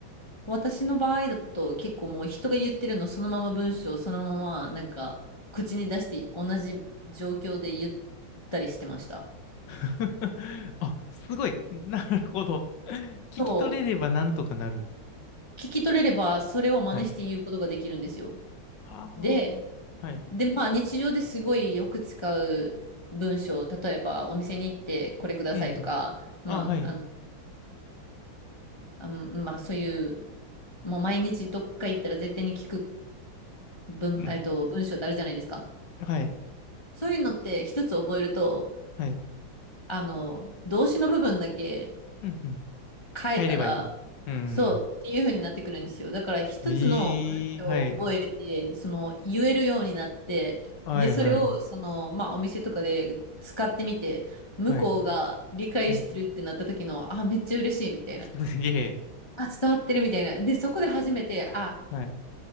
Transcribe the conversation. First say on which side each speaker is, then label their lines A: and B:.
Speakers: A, on the left; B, on the left.
A: 私の場合だと結構もう人が言ってるのそのまま文章をそのままなんか口に出して同じ状況で言ったりしてました。
B: <laughs> あ、すごい。なるほど。聞き取れればなんとかなる。
A: そう。聞き取れればそれを真似して言うことができるんですよ。
B: はい。は
A: で、
B: あ、はい。
A: で、まあ日常ですごいよく使う文章、例えばお店に行ってこれくださいとか、
B: うんうん。
A: まあ、
B: あ、はい。
A: あの、あのまあそういう、もう毎日どっか行ったら絶対に聞く文、
B: うん。
A: えっと、文章ってあるじゃないですか。
B: はい。
A: そういうのって一つ覚えると、
B: はい。
A: あの、動詞の部分だけ
B: うんうん。
A: 変えたら、
B: 帰ればいい。うん。
A: そうっていう風になってくるんですよ。だから一つの文章を覚えて、
B: ええ、はい。
A: その言えるようになって、
B: はいはい。
A: で、それをその、まあお店とかで使ってみて、向こうが理解してるってなった時の、
B: はい。はい。
A: あ、めっちゃ嬉しいみたいな。
B: すげえ。
A: あ、伝わってるみたいな。で、そこで初めて、あ、
B: はい。